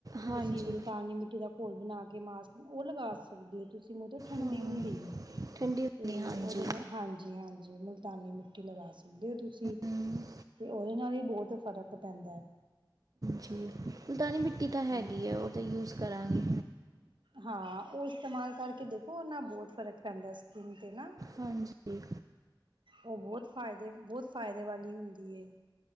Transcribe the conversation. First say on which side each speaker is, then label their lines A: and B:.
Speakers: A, on the right (about 50°); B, on the right (about 75°).
A: ਹਾਂਜੀ
B: ਤੁਸੀਂ ਮੁਲਤਾਨੀ ਮਿੱਟੀ ਦਾ ਘੋਲ ਬਣਾ ਕੇ ਮਾਸਕ ਉਹ ਲਗਾ ਸਕਦੇ ਹੋ ਤੁਸੀਂ ਮੁਹਦੇ। ਠੰਡੀ
A: ਹਾਂ
B: ਹੁੰਦੀ ਹੈ,
A: ਠੰਡੀ ਹੁੰਦੀ
B: ਤੇ
A: ਹਾਂਜੀ
B: ਉਹਦੇ ਨਾਲ ਹਾਂਜੀ- ਹਾਂਜੀ ਮੁਲ- ਤਾਨੀ ਮਿੱਟੀ ਲਗਾ ਸਕਦੇ ਹੋ ਤੁਸੀਂ।
A: ਹਮ,
B: ਤੇ ਉਹਦੇ ਨਾਲ ਵੀ ਬਹੁਤ ਫ਼ਰਕ ਪੈਂਦਾ ਹੈ।
A: ਜੀ ਮੁਲਤਾਨੀ ਮਿੱਟੀ ਤਾਂ ਹੈਗੀ
B: ਹਾਂ
A: ਹੈ, ਉਹ ਤਾਂ ਯੂਜ ਕਰਾਂਗੀ।
B: ਹਾਂ ਉਹ ਇਸਤੇਮਾਲ ਕਰਕੇ ਦੇਖੋ ਉਹਨਾਂ ਬਹੁਤ ਫਰਕ ਪੈਂਦਾ ਸਕਿੰਨ 'ਤੇ ਨਾ।
A: ਹਾਂਜੀ।
B: ਉਹ ਬਹੁਤ ਫਾਇਦੇ- ਬਹੁਤ ਫਾਇਦੇ ਵਾਲੀ ਹੁੰਦੀ ਏ।